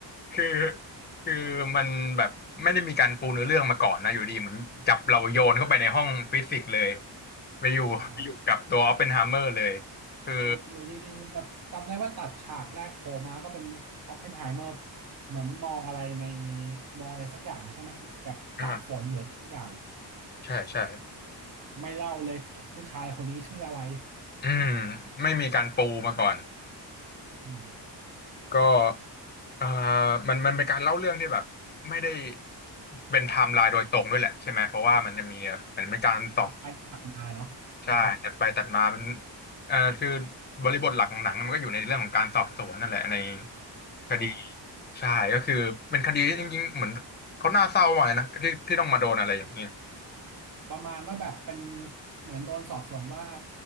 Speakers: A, on the left (about 25°); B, on the right (about 50°).
A: คือคือมันแบบไม่ได้มีการปูเนื้อเรื่องมาก่อนนะอยู่ดีเหมือนจับเราโยนเข้าไปในห้องฟิสิกส์เลยไปอยู่ไปอยู่กับตัวออปเพนไฮเมอร์เลย
B: อ่า
A: คือ
B: อยู่อยู่ดีๆแบบจำได้ว่าตัดฉากแรกโผล่มาก็เป็นออปเพนไฮเมอร์เหมือนมองอะไรในมองอะไรสักอย่างใช่ไหมแบบตากฝนเหลือสักอย่าง
A: อ่าใช่ใช่
B: ไม่เล่าเลยผู้ชายคนนี้ชื่ออะไร
A: อืมไม่มีการปูมาก่อน
B: อืม
A: ก็อ่ามันมันเป็นการเล่าเรื่องที่แบบไม่ได้เป็นไทม์ไลน์โดยตรงด้วยแหละใช่ไหมเพราะว่ามันจะมีเหมือนเป็นการสอบ
B: ตัดไปตัดมาเนาะอ่า
A: ใช่ตัดไปตัดมามันเอ่อคือบริบทหลักของหนังมันก็อยู่ในเรื่องของการสอบสวนนั่นแหละในคดี
B: ใช่
A: ใช่ก็คือเป็นคดีที่จริงๆเหมือนเขาน่าเศร้ามากเลยนะที่ที่ต้องมาโดนอะไรอย่างนี้
B: ประมาณว่าแบบเป็นเหมือนโดนสอบสวนว่า